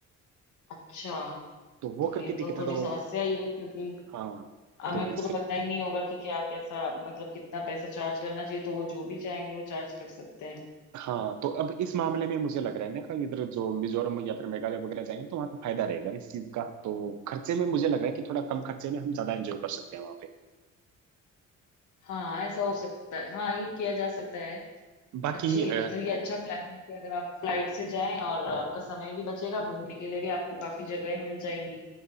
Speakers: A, on the left; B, on the right.
A: अच्छा
B: तो वो
A: तो
B: करके
A: ये
B: दिक्कत
A: तो
B: है
A: थोड़ी
B: तो
A: समस्या ही है क्योंकि
B: हाँ
A: अब
B: तो
A: मेरे
B: इस
A: को तो पता ही नहीं होगा कि क्या कैसा मतलब कितना पैसा चार्ज करना चाहिए तो वो जो भी चाहेंगे वो चार्ज कर सकते हैं
B: हाँ तो अब इस मामले में मुझे लग रहा है ना कि इधर जो मिजोरम या फिर मेघालय वगैरह जाएंगे तो वहाँ पे फायदा रहेगा इस चीज का तो खर्चे में मुझे लग रहा है कि थोड़ा कम खर्चे में हम ज्यादा एंजॉय कर सकते हैं वहाँ पे
A: हाँ ऐसा हो सकता है हाँ ये किया जा सकता है
B: बाकी
A: अच्छी
B: अ,
A: मतलब ये अच्छा प्लान है कि अगर आप फ्लाइट से जाएं और आपका समय भी बचेगा घूमने के लिए भी आपको काफी जगहें मिल जाएंगी